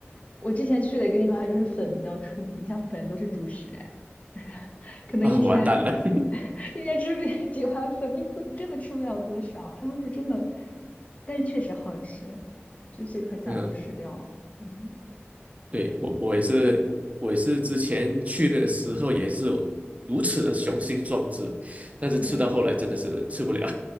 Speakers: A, on the left; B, on the right.
A: 我之前去的一个地方，它就是粉比较出名，像粉都是主食，哎，就是
B: <laughs>
A: 可能一天
B: 啊，完蛋了。<laughs>
A: <laughs> 一天吃 <laughs> 几碗粉，你可真的吃不了多少。他们就真的，但是确实好吃，就是很想都吃掉。
B: 嗯，
A: 嗯，
B: 对，
A: 对
B: 我我也是，我也是之前去的时候也是有如此的雄心壮志，但是吃到后来真的是吃不了
A: 对，